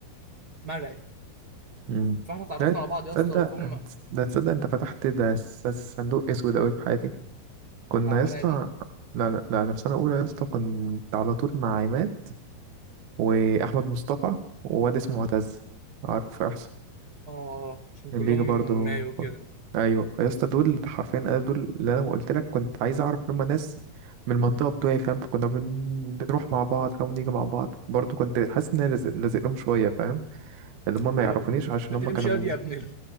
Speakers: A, on the right; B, on the right.
A: مرعي
B: امم
A: فاحنا اتعرفنا
B: ده
A: على بعض
B: تصدق
A: يا اسطى وجم
B: ده تصدق انت فتحت ده س- صندوق اسود اوي في حياتي كنا
A: بتاع مرعي
B: يا اسطى
A: ده
B: لا لا لا أنا في سنة أولى يا اسطى كنت على طول مع عماد وأحمد مصطفى وواد اسمه معتز عارفه في إحصاء
A: اه آه، عشان
B: كان
A: كلهم
B: بيجي برضه
A: من مايو كده
B: أيوه فيا اسطى دول حرفيا أنا دول اللي أنا قلت لك كنت عايز أعرف لما ناس من المنطقة بتوعي فاهم فكنا بن- بنروح مع بعض فاهم ونيجي مع بعض برضه كنت حاسس إن أنا لازق لازق لهم شوية فاهم اللي هما ما
A: اللي
B: يعرفونيش
A: هو
B: عشان
A: ما
B: هما
A: تمشي
B: كانوا
A: ياض يا
B: م-
A: ابن